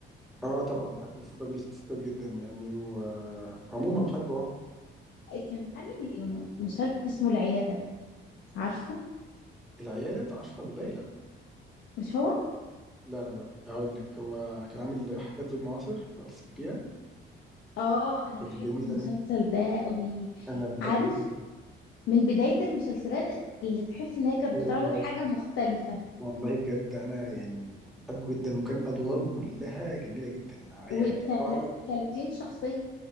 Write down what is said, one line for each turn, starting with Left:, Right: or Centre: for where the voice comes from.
Centre: اه طبعا بحبه في راجل ستات جدا يعني وعموما بحبه اه
Left: كان عامل مسلسل اسمه العيادة عارفه؟
Centre: العيادة بتاع أشرف عباي لا
Left: مش هو؟
Centre: لا لا لا هقول لك هو كان عامل حكاية زوج معاصر لو تفتكريها
Left: اه أنا
Centre: كانت
Left: بحب
Centre: جميلة
Left: المسلسل ده قوي
Centre: أنا بحبه
Left: عارف
Centre: جدا
Left: من بداية المسلسلات اللي تحس إن هي كانت
Centre: أيوة
Left: بتعرض حاجة مختلفة
Centre: والله بجد أنا يعني بحبه جدا وكان أدواره كلها جميلة جدا يعني
Left: و30
Centre: يعني هو عمل
Left: شخصية